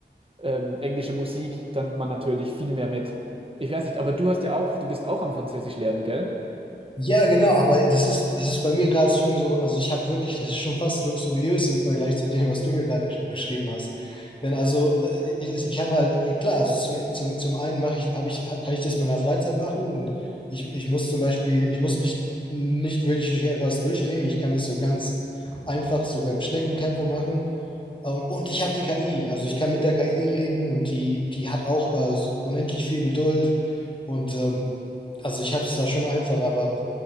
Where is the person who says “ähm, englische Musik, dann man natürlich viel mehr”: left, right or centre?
Right